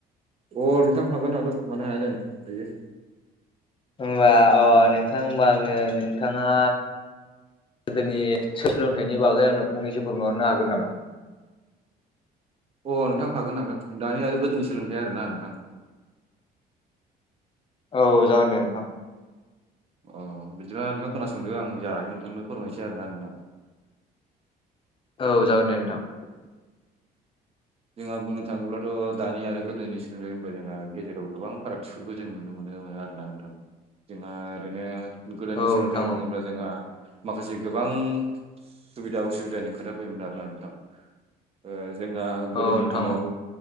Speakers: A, on the right; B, on the left.
A: अ नोंथां हागोन हागोन मानो हाया जानो हायो।
B: होमबा अ नोंथां होमबा आङो नोंथाङा गोदोनि सोलोंथाइनि बागै आंनो फंनैसो फोरमायहरनो हागोन नामा?
A: अ नोंथां हागोन हागोन। दानि आरो गोदोनि सोलोंथाइ आरोना नोंथां?
B: औ जागोन दे नोंथां।
A: अ बिदिबा नोंथाङा खोनासंदो आं जायायो नोंथांनो फोरमायसै आरोना नोंथां।
B: औ जागोन दे नोंथां।
A: जोंहा बुंनो थाङोब्लाथ' दानि आरो गोदोनि सोलोंथाइ होनब जोंहा गेजेराव गोबां फाराग सकुखौ जों नुनो मोन मोनो आरोना नोंथां। जोंहा ओरैनो गोदोनि
B: औ
A: सोलोंथाइ
B: नोंथां औ
A: बुङोब्ला जोंहा माखासे गोबां सुबिदा उसुबिदानि खोथा फैयोमोन आरोना नोंथां। ओ जोंहा गोदोनि
B: औ नोंथां
A: दिनाव
B: औ